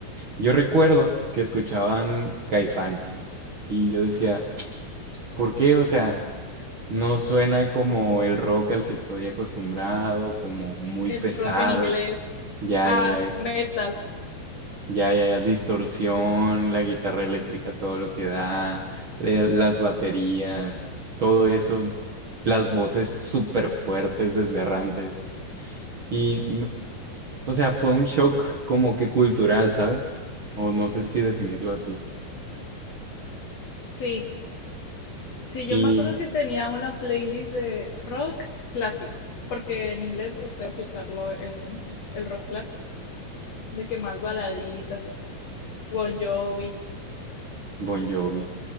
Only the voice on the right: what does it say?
Yo recuerdo que escuchaban Caifanes y yo decía, ¿por qué? O sea, no suena como el rock al que estoy acostumbrado, como muy
pesado.
Ya,
ya, ya.
Ya, ya, ya, distorsión, la guitarra eléctrica, todo lo que da, le- las baterías, todo eso, las voces súper fuertes, desgarrantes. Y, mm, o sea, fue un shock como que cultural, ¿sabes? O no sé si definirlo así.
Y
Bon Jovi,